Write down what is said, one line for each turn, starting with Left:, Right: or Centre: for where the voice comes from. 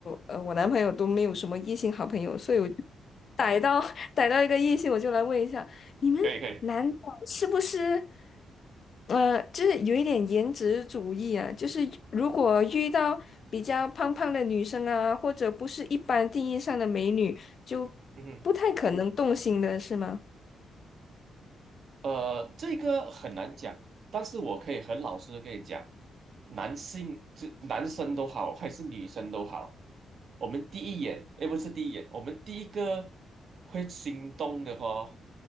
Left: 呃我男朋友都没有什么异性好朋友，所以我就逮到 <laughs> 逮到一个异性，我就来问一下。你们男的是不是，
Right: 可以可以，
Left: 呃，就是有一点颜值主义啊？就是如果遇到比较胖胖的女生啊，或者不是一般定义上的美女，就不太可能动心的是吗？
Right: 嗯哼。呃，这个很难讲，但是我可以很老实的跟你讲，男性就男生都好，还是女生都好，我们第一眼，诶，不是第一眼，我们第一个会心动的话，